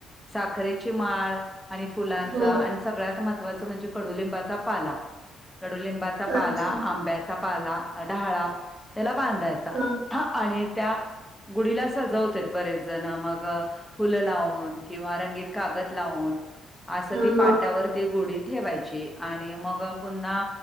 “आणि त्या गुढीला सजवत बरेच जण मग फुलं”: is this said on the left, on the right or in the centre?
Centre